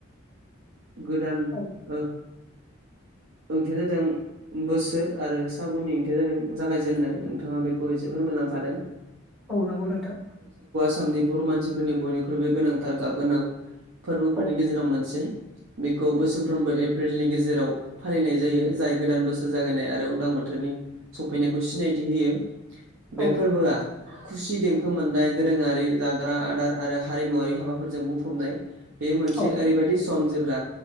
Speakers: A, on the right; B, in the centre.
A: गोदान
B: औ
A: ओ ओंथिया जादों बोसोर आरो सागुननि ओंथिया जादों जागायजेननाय नोंथाङा बेखौ एसेबा मोनलांखादों
B: औ नंगौ नोंथां
A: आसामनि बर' मानसिफोरनि बयनिख्रुइबो गोनांथार गाब गोनां फोरबोफोरनि
B: औ
A: गेजेराव मोनसे बेखौ बोसोरफ्रोमबो एप्रिलनि गेजेराव फालिनाय जायो जाय गोदान बोसोर जागायनाय आरो उदां बोथोरनि सफैनायखौ सिनायथि होयो बे
B: औ
A: फोरबोआ खुसि देंखो मोननाय दोरोङारि जाग्रा आदार आरो हारिमुवरारि हाबाफोरजों बुंफबनाय बे मोनसे
B: औ
A: ओरैबायादि सम जेब्ला